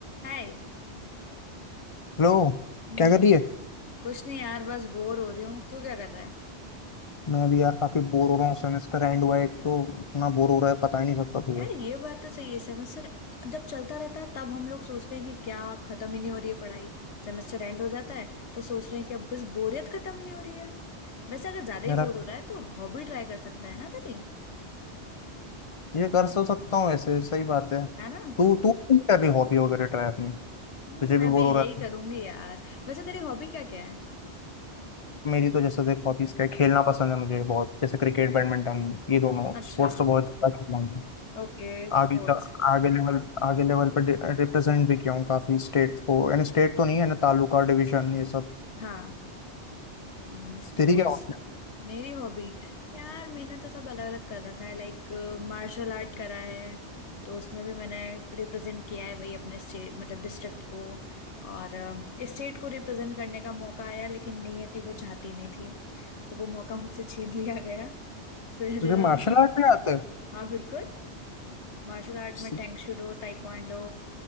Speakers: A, on the left (about 80°); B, on the left (about 35°).
A: हाय
B: Hello
A: हम्म
B: क्या कर रही है
A: कुछ नहीं यार बस बोर हो रही हूँ तू क्या कर रहा है
B: मैं अभी यार काफी बोर हो रहा हूँ सेमेस्टर एंड हुआ है एक तो इतना बोर हो रहा है पता ही नहीं सकता तुझे
A: यार ये बात तो सही है सेमेस्टर जब चलता रहता है तब हम लोग सोचते हैं कि क्या खत्म ही नहीं हो रही है पढ़ाई सेमेस्टर एंड हो जाता है तो सोच रहे हैं कि अब बस बोरियत खत्म नहीं हो रही है वैसे अगर ज्यादा ही
B: मेरा
A: बोर हो रहा है तो हॉबी ट्राई कर सकता है ना तेरी
B: ये कर तो सकता हूँ ऐसे सही बात है
A: है ना
B: तू तू नहीं कर रही हॉबी वगैरह ट्राई अपनी
A: हम्म,
B: तुझे
A: मैं
B: भी बोर
A: भी यही
B: हो रहा
A: करूंगी
B: है
A: यार वैसे तेरी हॉबी क्या क्या है
B: मेरी तो जैसे देख हॉबीज क्या है, खेलना पसंद है मुझे बहुत जैसे क्रिकेट बैडमिंटन ये दोनों
A: अच्छा
B: स्पोर्ट्स तो बहुत ज्यादा खेलता हूँ
A: Okay sports
B: आगे तक आगे लेवल आगे लेवल पर रिप्रेजेंट भी किया हूँ काफी स्टेट को यानी स्टेट तो नहीं है ना तालुका डिवीजन ये सब
A: हाँ हम्म, स्पोर्ट्स
B: तेरी क्या हॉबी है?
A: मेरी हॉबी यार मैंने तो सब अलग अलग कर रखा है लाइक मार्शल आर्ट करा है तो उसमें भी मैंने रिप्रेजेंट किया है वही अपने स्टेट मतलब डिस्ट्रिक्ट को और स्टेट को रिप्रेजेंट करने का मौका आया लेकिन नियति वो चाहती नहीं थी तो वो मौका मुझसे छीन <laughs> लिया गया फिर
B: तुझे
A: अ,
B: मार्शल आर्ट भी आता
A: हाँ बिल्कुल मार्शल आर्ट में
B: है
A: टैंगशूडो ताइक्वांडो